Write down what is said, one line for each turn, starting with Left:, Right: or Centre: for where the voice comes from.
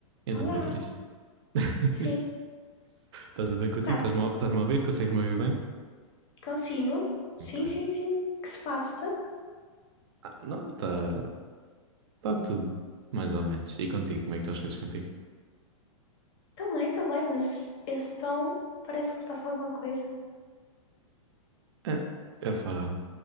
Right: Então,
Left: Olá,
Right: Beatriz, <laughs> está
Left: sim,
Right: tudo bem contigo?
Left: tá,
Right: Estás-me a estás-me a ouvir? Consegues-me ouvir bem?
Left: consigo. Sim,
Right: Ok.
Left: sim, sim, que se passa?
Right: Ah, não, está tá tá tudo mais ou menos. E contigo, como é que estão as coisas contigo?
Left: Também, também, mas esse tom parece que se passa alguma coisa.
Right: Ah, epá,